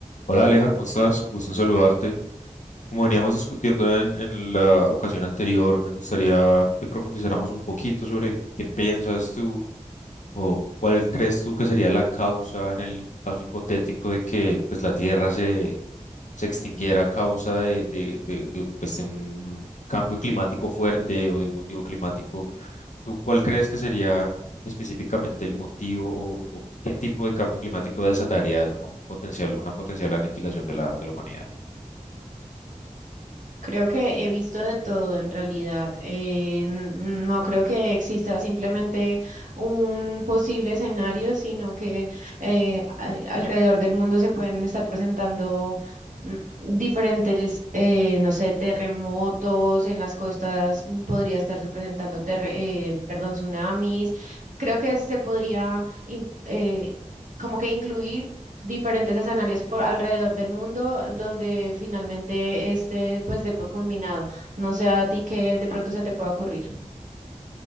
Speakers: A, on the left; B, on the right.
A: Hola Aleja, ¿cómo estás? Gusto en saludarte. Como veníamos discutiendo en, en la ocasión anterior, me gustaría que profundizáramos un poquito sobre qué piensas tú o cuál crees tú que sería la causa en el caso hipotético de que pues, la Tierra se, se extinguiera a causa de, de, de- de, pues, de un cambio climático fuerte o de un motivo climático. ¿Tú cuál crees que sería específicamente el motivo o, o qué tipo de cambio climático desataría un potencial, una potencial aniquilación de la, de la humanidad?
B: Creo que he visto de todo en realidad. Eh, n- no creo que exista simplemente un posible escenario, sino que eh, a- alrededor del mundo se pueden estar presentando mm, diferentes, eh, no sé, terremotos en las costas, mm, podría estarse presentando, terre- eh, perdón, tsunamis. Creo que se podría... im- eh, como que incluir diferentes escenarios por alrededor del mundo donde finalmente este pues dé por culminado. No sé a ti que de pronto se te pueda ocurrir.